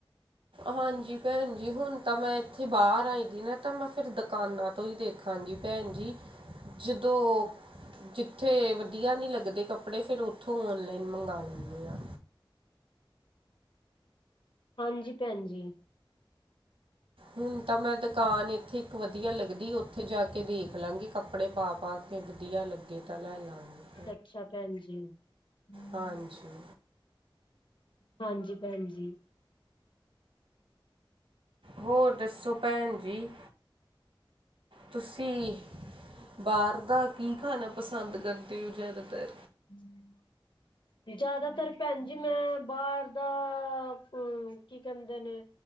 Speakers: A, on the right; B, on the left.
A: ਹਾਂਜੀ ਭੈਣ ਜੀ ਹੁਣ ਤਾਂ ਮੈਂ ਇੱਥੇ ਬਾਹਰ ਆਈਦੀ ਨਾ ਤਾਂ ਮੈਂ ਫਿਰ ਦੁਕਾਨਾਂ ਤੋਂ ਹੀ ਦੇ ਹਾਂਜੀ ਭੈਣ ਜੀ ਜਦੋਂ ਜਿੱਥੇ ਵਧੀਆ ਨੀ ਲੱਗਦੇ ਕੱਪੜੇ ਫੇਰ ਉੱਥੋਂ ਓਨਲਾਈਨ ਮੰਗਵਾ ਲੈਂਦੇ ਆ।
B: ਹਾਂਜੀ ਭੈਣ ਜੀ।
A: ਹੁਣ ਤਾਂ ਮੈਂ ਦੁਕਾਨ ਇੱਥੇ ਇੱਕ ਵਧੀਆ ਲੱਗੀ। ਲਗਦੀ ਉੱਥੇ ਜਾ ਕੇ ਦੇਖ ਲਾਂਗੇ ਕੱਪੜੇ ਪਾ -ਪਾ ਕੇ ਵਧੀਆ ਲੱਗੇ ਤਾਂ ਲੈ ਲਾਗੇ।
B: ਅੱਛਾ ਭੈਣ ਜੀ, ਹੂੰ
A: ਹਾਂਜੀ
B: ਹਾਂਜੀ ਭੈਣ ਜੀ।
A: ਹੋਰ ਦੱਸੋ ਭੈਣ ਜੀ? ਤੁਸੀਂ, ਬਾਹਰ ਦਾ ਕੀ ਖਾਣਾ ਪਸੰਦ ਕਰਦੇ ਹੋ ਜ਼ਿਆਦਾਤਰ?
B: <inaudible> ਜ਼ਿਆਦਾਤਰ ਭੈਣ ਜੀ ਮੈਂ ਬਾਹਰ ਦਾ, ਅ ਕੀ ਕਹਿੰਦੇ ਨੇ